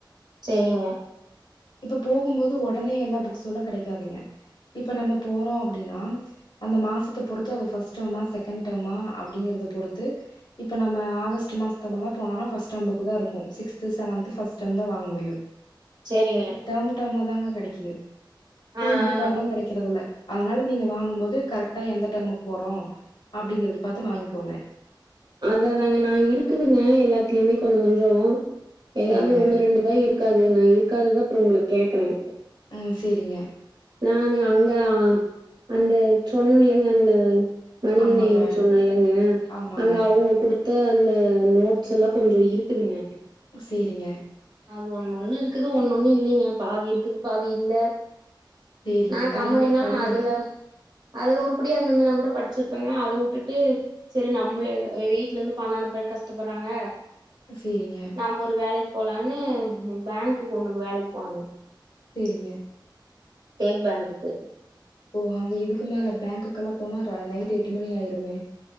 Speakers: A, on the right (about 60°); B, on the left (about 70°).
A: சேரிங்க
B: இப்ப போகும் போது ஒடனே எல்லா புக்சும் எல்லா கெடைக்காதுங்க இப்ப நம்ம போறோ அப்டின்னா அந்த மாசத்த பொறுத்து அது ஃபர்ஸ்ட் டெர்மா செகண்ட் டெர்மா அப்டிங்கறத பொறுத்து இப்ப நம்ம ஆகஸ்ட் மாசத்த எல்லா போனோனா ஃபர்ஸ்ட் டேம் புக் தா இருக்கு சிக்ஸ்து செவன்த்து ஃபர்ஸ்ட் டேம் தா வாங்க முடியு
A: சேரிங்க
B: வன்ட தாங்க கெடைக்குது புல்
A: ஆ
B: புக்ல்லாம
A: ஆ
B: கெடைக்கிறது இல்ல அதனால நீங்க வாங்கும் போது கரெக்டா எந்த டேமுக்கு போறோ அப்டிங்கறத பாத்து வாங்கிக்கோங்க
A: அதாதாங்க நா இருக்குதுங்க எல்லாத்துலயுமே கொஞ்சோ கொஞ்சோ
B: சேரிங்க
A: எதாவ்து ஒண்ணு ரெண்டுதா இருக்காது நா இருக்காத தா அப்புறம் உங்களுக்கு கேக்குறே
B: ஆ சேரிங்க
A: நானு அங்க அந்த சொன்னன் இல்லங்க அந்த மனிதனேயனு
B: ஆமாங்க
A: சொன்னல்லலைங்க
B: ஆமாங்க
A: அங்க அவங்க குடுத்து அந்த நோட்ஸ் எல்லா கொஞ்சோ இருக்குதுங்க
B: சேரிங்க
A: அது ஒன்னு ஒண்ணு இருக்குது ஒண்ணு ஒண்ணு இல்லிங்க பாதி இருக்குது பாதி இல்ல
B: சேரிங்க
A: நா
B: கண்டிப்பா
A: கம்முனுல்லாம
B: படிங்க
A: அதுல அதுல உருப்படியா இருந்ததுன்னா கூட படிச்சுருப்பேங்க அத விட்டுட்டு செரி நம்மள வீட்ல இருந்து பணம் அனுப்ப கஷ்டப்படுறாங்க
B: சேரிங்க
A: நம்மொரு வேல போலா னு பேங்க்குக்கு ஒண்ணுக்கு வேலைக்கு போனாங்க
B: சேரிங்க
A: ஸ்டேட் பேங்க்குக்கு
B: ஓ அங்க இதுக்கு மேல பேங்குக்கெல்லா போனா நைட் எட்டு மணி ஆயிருமே